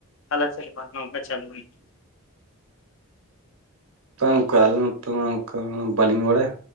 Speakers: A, on the left; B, on the right.
A: ᱟᱞᱮ ᱥᱮᱫ ᱢᱟ ᱱᱝᱠᱟ ᱪᱟᱹᱞᱩ ᱦᱩᱭᱩᱜ-ᱟ
B: ᱛᱳ ᱜᱚᱢᱠᱮ ᱟᱞᱮ ᱱᱚᱛᱮ ᱢᱟ ᱫᱟᱠᱟ ᱢᱟ ᱵᱟᱞᱤᱧ ᱵᱟᱲᱟᱭᱟ